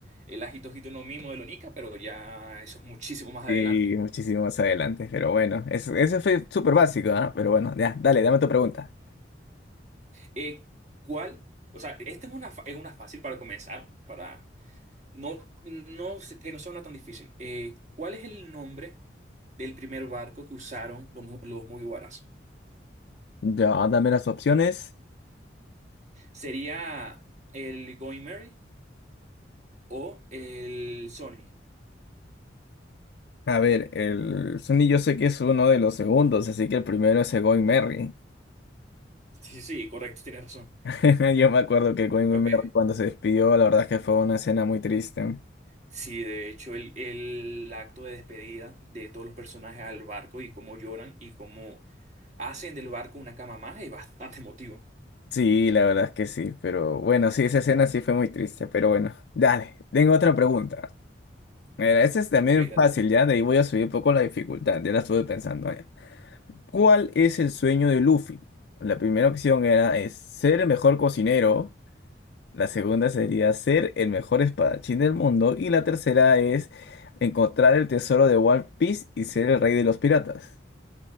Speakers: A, on the right; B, on the left.
A: el Ajito Hito no Mi modelo Nika, pero ya eso es muchísimo más
B: sí,
A: adelante.
B: muchísimo más adelante, pero bueno, es- ese fue súper básico, ¿ah? Pero bueno, ya, dale, dame tu pregunta.
A: Eh, ¿cuál? O sea, esta es una, fa- es una fácil para comenzar, para no, no sé- que no sea una tan difícil. Eh, ¿cuál es el nombre del primer barco que usaron los, mu- los Mugiwaras?
B: Ya, dame las opciones.
A: ¿Sería el Going Mary o el Sony?
B: A ver, el Sunny yo sé que es uno de los segundos, así que el primero es el Going Merry.
A: Sí, sí, correcto, tienes razón.
B: <laughs> Yo me acuerdo que Colin Wilmer
A: Ok.
B: cuando se despidió, la verdad es que fue una escena muy triste.
A: Sí, de hecho, el, el acto de despedida de todos los personajes al barco y cómo lloran y cómo hacen del barco una cama más es bastante emotivo.
B: Sí, la verdad es que sí, pero bueno, sí, esa escena sí fue muy triste, pero bueno, dale, tengo otra pregunta. Mira, esa es también
A: Ok,
B: fácil, ya, de ahí voy a subir un poco la dificultad, ya la estuve pensando ya. ¿Cuál es el sueño de Luffy? La primera opción era es ser el mejor cocinero, la segunda sería ser el mejor espadachín del mundo y la tercera es encontrar el tesoro de One Piece y ser el rey de los piratas.